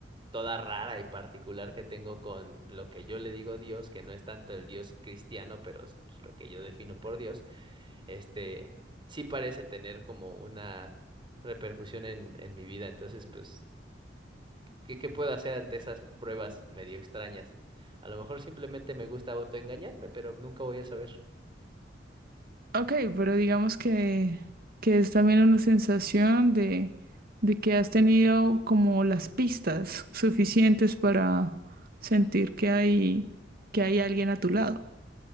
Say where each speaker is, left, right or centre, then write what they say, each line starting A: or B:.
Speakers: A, on the right; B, on the right.
A: toda rara y particular que tengo con lo que yo le digo Dios, que no es tanto el Dios cristiano, pero es pues, lo que yo defino por Dios, este sí parece tener como una repercusión en, en mi vida. Entonces, pues, ¿qué, qué puedo hacer ante esas pruebas medio extrañas? A lo mejor simplemente me gusta autoengañarme, pero nunca voy a saber.
B: Ok, pero digamos que, que es también una sensación de, de que has tenido como las pistas suficientes para sentir que hay, que hay alguien a tu lado.